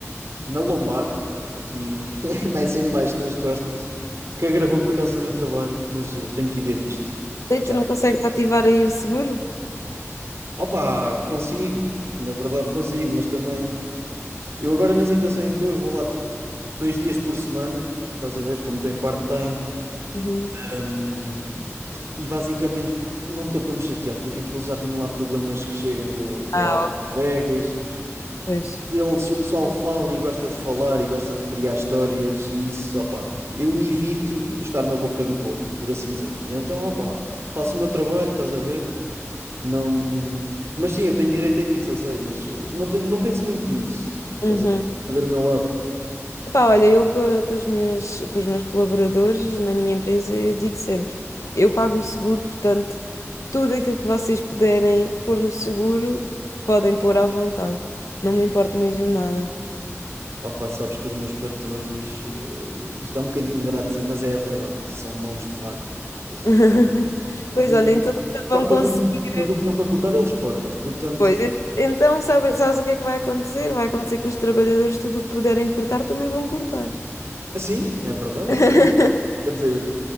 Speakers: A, on the right (about 60°); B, on the left (about 80°).
A: na lombar, aqui <laughs> mais em baixo nas costas, que agravou por causa do trabalho, mas eh, tenho que ir ver disto.
B: E
A: Já.
B: tu não consegues ativar aí o seguro?
A: Opa, consigo. Na verdade consigo, mas também Eu agora na situação em que estou, eu vou lá tipo dois dias por semana, estás a ver como estou em part-time,
B: Uhum.
A: hum, e basicamente não estou para me chatear, porque aquilo já tenho lá problemas que cheguem com, com
B: Ah,
A: alguns
B: ok,
A: colegas.
B: pois.
A: Eles, o pessoal fala e gosta de falar e gosta de criar histórias e isso, opá, eu evito estar na boca do povo, por assim dizer. E então, opá, faço o meu trabalho, estás a ver? Não. Mas sim, eu tenho direito a isso, eu sei, mas eh, não tenho, não penso muito nisso. Estás
B: Uhum.
A: a a ver o meu lado.
B: Epá, olha, eu co- com, as minhas, com os meus colaboradores na minha empresa, eu digo sempre, eu pago o seguro, portanto, tudo aquilo que vocês puderem pôr no seguro, podem pôr à vontade. Não me importo mesmo nada.
A: Opa, sabes que os meus patrões, eh, isto é um bocadinho ingrato dizer, mas é a verdade, são mãos de vaca, estás a
B: <laughs>
A: ver?
B: Pois
A: E
B: olha, então nunca vão
A: cortam
B: conseguir.
A: em tudo tudo o que dá para cortar, eles cortam. Portanto,
B: Pois, en- então sabe- sabes o que é que vai acontecer? Vai acontecer que os trabalhadores, tudo o que puderem cortar, também vão cortar.
A: assim, é verdade.
B: <laughs>
A: E quer dizer,